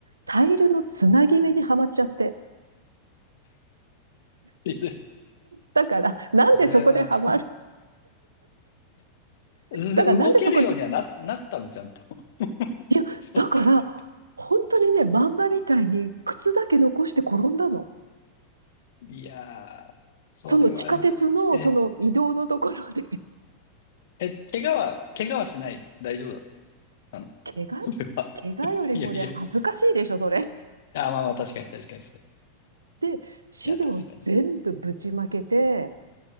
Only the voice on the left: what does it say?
<laughs> いず
それは <laughs> 全然動けるようにはな、
なったの、ちゃんと。
<laughs> そっか。
いやー、それは、
いえ、え、怪我は、怪我はしない。大丈夫だったの。
それは。
いやいや、
あ、まあまあ、確かに確かにそう。
いや、確かに。